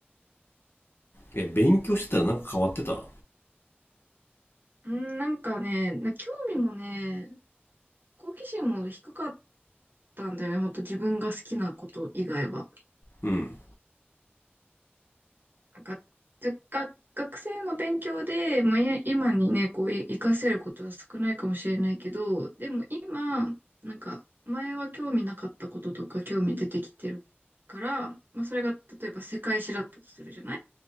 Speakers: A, on the left; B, on the right.
A: え、勉強してたらなんか変わってた
B: うんなんかね、な興味もね、好奇心も低かったんだよね。ほんと自分が好きなこと以外は。
A: うん、
B: なんか、ず学学生の勉強で、まあ、い今にね、こう、い活かせることは少ないかもしれないけど、でも今、なんか、前は興味なかったこととか興味出てきてるから、まあ、それが、例えば世界史だったとするじゃない